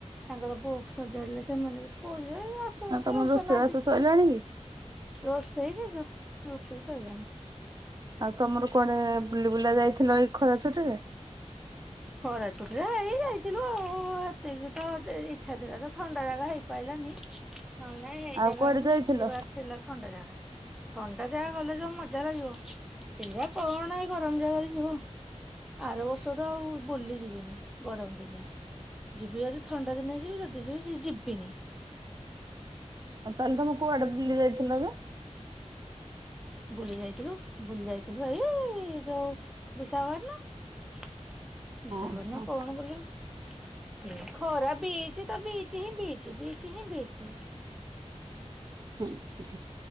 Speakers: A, in the centre; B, on the right.
A: ତାଙ୍କର ବୋଉ ସଜାଡିଲେ ସେମାନେ ବି ସ୍କୁଲ ଆସଉସନ୍
B: ଆଉ ତମର ରୋଷେଇବାସ
A: ଆଜି
B: ସରିଲାଣି କି?
A: ର ସେଇ ଯଜ ରୋଷେଇ ଶୋଇଲାଣି
B: ଆଉ ତମର କୁଆଡେ ବୁଲି ବୁଲା ଯାଇଥିଲ ଏଇ ଖରା ଛୁଟିରେ?
A: ଖରାଜ କଟରେ ହେଇ ଯାଇଥିଲୁ ଆଉ ଏତିକି ତ ଇଚଛା ଥିଲା ତ ଥଣ୍ଡା ଜାଗା ହେଇପାରିଲାନି ନହେଲେ ନାାଇଁ ଏଇ
B: ଆଉ
A: ଜାଗା
B: କୁଆଡେ
A: ହିଁ
B: ଯାଇଥିଲ
A: ଯିବାର ଥିଲା ଥଣ୍ଡା ଜାଗା ଥଣ୍ଡା ଜାଗା ଗଲେ ଯୋଉ ମଜା ଲାଗିବ ସେଟା କ ନା ଗରମ ଜାଗାରେ ଯିବ ଆର ା ଆଉ ବୁଲିଯିବ ଗରମ ଦିନିଆ ଯିବି ଯଦି ଥଣ୍ଡା ଦିନିଆ ଯିବି ଯଦି ଯିବି ଯିବିନି
B: ଆଉ ତାହେଲେ ତମକୁ କୁଆଡେ ବଲି ଯାଇଥିଲ ତ
A: ବୁଲି ଯାଇଥିଲୁ ବୁଲି ଯାଇଥିଲୁ ଏଇ ଯୋଉ ବିଶାଘଟ ନା ବିଶାକପଟଣ
B: ହଁ
A: ନା
B: ହଁ
A: କଣ ବୁଲିବ ଖରା ବିଚ୍ ତ ବିଚ୍ ହିଁ ବିଚ୍ ହିଁ ବିଚ୍ ତ
B: ହୁଁ ହ